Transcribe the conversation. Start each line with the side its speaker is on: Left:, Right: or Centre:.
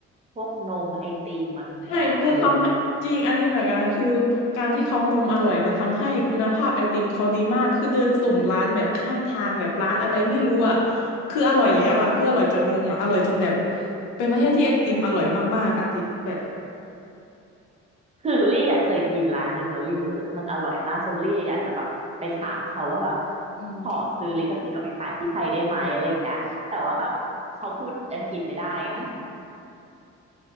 Right: พวกนมไอติมอะไรอย่างเงี้ยโอ้
Left: ใช่มันทำให้จริง อันนี้เหมือนกันคือการที่เขานมอร่อยมันทำให้คุณภาพไอติมเขาดีมากคือเดินสุ่มร้านแบบข้างทางแบบร้านอะไรไม่รู้อ่ะคืออร่อยแล้วอ่ะคืออร่อยจนงงอ่ะอร่อยจนแบบเป็นประเทศที่ไอติมอร่อยมากๆอะติแบบ
Right: คือลี่อะเคยกินร้านหนึ่งแล้วรี่รู้สึกว่ามันอร่อยมากจนลี่อยากจะแบบไปถามเขาว่าแบบ
Left: อืม
Right: ขอซื้อลิขสิทธิ์เอาไปขายที่ไทยได้ไหมอะไรอย่างเงี้ยแต่ว่าแบบเขาพูดอังกฤษไม่ได้ไง